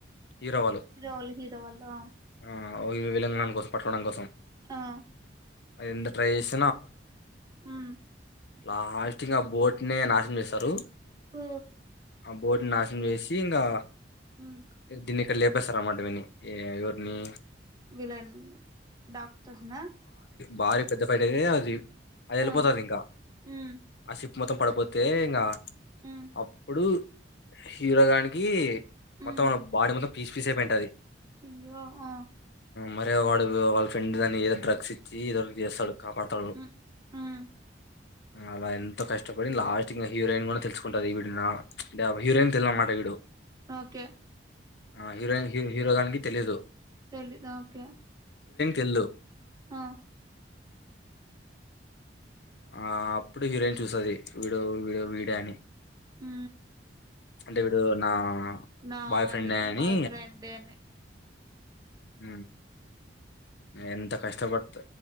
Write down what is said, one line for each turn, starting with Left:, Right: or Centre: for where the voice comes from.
Left: హీరో వాళ్లు
Right: వాళ్ళు హీరో వాళ్ళు ఆ
Left: ఆ విల్లన్ గాని కొసమ్ పట్టడం కోసం
Right: ఆ
Left: అది ఎంత ట్రై చేస్
Right: ఉ
Left: లాస్ట్ కీ ఆ బోట్నే నాశనం చేస్తారు
Right: హ
Left: ఆ బోటుని నాశనం చేసి ఇంగా
Right: ఉమ్
Left: దిన్ని ఇక్కడ లేపేసారు అన్నమాట వ ఎవర్ని
Right: విలన్ డాక్టర్నా
Left: బారకి పెద్ద ఫైట ది అది వెళ్ళిపోతుది
Right: ఆ
Left: ఇంకా
Right: ఉమ్
Left: ఆ సీన్ మొత్తం పడపోతే ఇంకా
Right: ఉమ్
Left: అప్పుడు హీరో దనికి మొత్తం
Right: ఉమ్
Left: బాడీ మొత్తం పీస్ పీస్ అయి పోయింటది
Right: అయ్యో ఆ
Left: మరే వాడు వాళ్ళ ఫ్రెండ్ దాని ఏదో డ్రగ్స్ ఇచ్చి తీదకిస కాపాడతాడు
Right: మ్మ్ మ్మ్
Left: అలా ఎంతో కష్టపడి లాస్ట్ ఇంకా హీరోయిన్ కూడా తెలుసుకుంటాది ఈడు నా హిరోయిన్ తెల్ అన్నమాట విడు
Right: ఓకే
Left: ఆ హీరోయిన్ హీరో హీరో గానికి తెలీయదు
Right: తెలిద ఓకే
Left: తెలియదు
Right: ఆ
Left: ఆ అప్పుడు హీరోయిన్ చూసది వీడో వడ వీడ అని
Right: ఉ
Left: అంటే ఇడు నా
Right: నా
Left: బాయ్ ఫ్రెండ్
Right: అదే
Left: అని
Right: బాయ్ ఫ్రెం ఏ అనీ
Left: ఉ ఎంత కష్టపడత